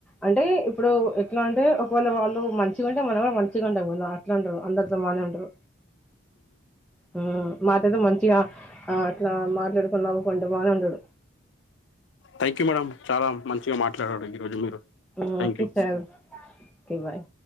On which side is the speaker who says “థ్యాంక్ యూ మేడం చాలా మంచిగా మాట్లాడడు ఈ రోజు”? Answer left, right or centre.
Left